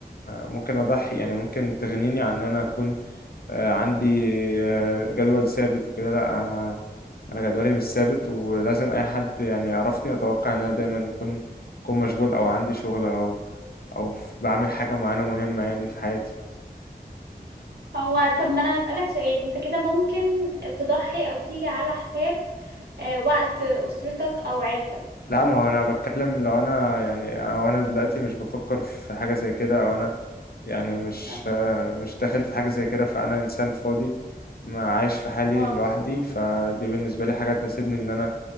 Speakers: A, on the left; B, on the right.
A: ممكن أضحي يعني ممكن تغنيني عن إن أنا أكون آه، عندي آه، جدول ثابت وكده لا انا انا جدولي مش ثابت ولازم اي حد يعني يعرفني اتوقع ان انا دايما يكون يكون مشغول او عندي شغل او او في- بعمل حاجه معينه مهمه يعني في حياتي
B: هو طب ما انا هسألك سؤال انت كده ممكن تضحي او تيجي على حساب آه وقت اسرتك او عيلتك
A: لا ما هو انا بتكلم لو انا يعني او انا دلوقتي مش بفكر في حاجه زي كده او انا يعني مش
B: اه
A: آه، مش داخل في حاجه زي كده فانا انسان فاضي ما عايش في حالي
B: آه.
A: لوحدي فدي بالنسبه لي حاجه تناسبني ان انا